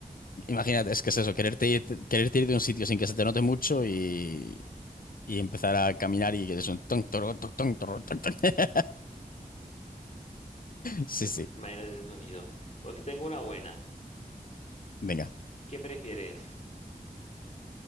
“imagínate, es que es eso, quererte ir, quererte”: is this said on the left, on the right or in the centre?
Left